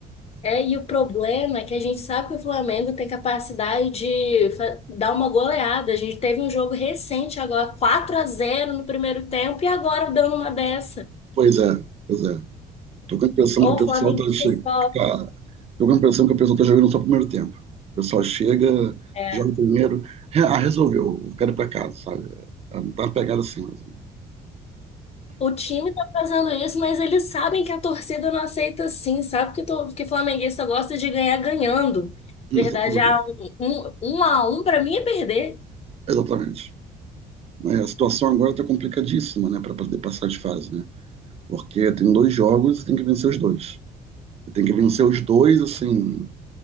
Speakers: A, on the left (about 35°); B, on the right (about 35°).
A: É, e o problema é que a gente sabe que o Flamengo tem capacidade de fa- dar uma goleada. A gente teve um jogo recente agora, 4 a zero no primeiro tempo, e agora dando uma dessa.
B: Pois é, pois é. Tô com a impressão
A: Ô,
B: que o pessoal
A: o flamenguista
B: tá chegando.
A: só.
B: Tá, tô com a impressão que o pessoal tá jogando só o primeiro tempo. O pessoal chega,
A: é,
B: joga o primeiro. re- Ah, resolveu, eu quero ir pra casa, sabe? Tá- Não tá uma pegada assim, mas...
A: O time tá fazendo isso, mas eles sabem que a torcida não aceita assim, sabe? Que, to- que flamenguista gosta de ganhar ganhando.
B: Hum,
A: Verdade,
B: Exatamente.
A: ah, um, um, um a um pra mim é perder.
B: Exatamente. Mas a situação agora tá complicadíssima, né, para poder passar de fase, né? Porque tem dois jogos e tem que vencer os dois. Tem que vencer os dois, assim,